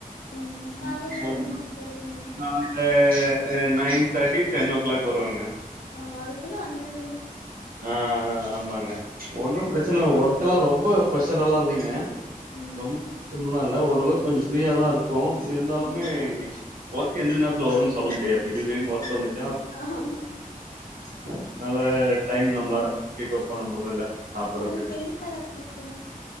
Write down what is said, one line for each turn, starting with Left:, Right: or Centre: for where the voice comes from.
Left: ம் காலைல
Right: <unintelligible>
Left: எத்தன மணிக்கு வருவீங்க
Right: ஹே nine thirty ten o'clock வருவேங்க
Left: ஓ அதுக்குள்ள வந்துருவீங்
Right: நா ஆமாங்க ஒன்னும் பிரச்சன இல்லங்க ஒர்க் எல்லாம் ரொம்ப பிரஷர் எல்லாம் இல்லைங்க
Left: ம்
Right: ரொம்ப <unintelligible> இல்ல ஓரளவுக்கு கொஞ்சம் ஃப்ரீயாதான் இருக்கும் இருந்தாலுமே
Left: ம்
Right: ஒர்க் எந்த நேரத்துல வரும்னு சொல்ல முடியா திடீர்னு ஒர்க் வந்து <unintelligible>
Left: ஆமா
Right: அதுனால
Left: ம்
Right: டைம் நம்மளால கீப்பப் பண்ண முடியல சாப்பிட்றதுக்கு
Left: ஒங்களுக்கு எந்த கலர் பிடிக்கும்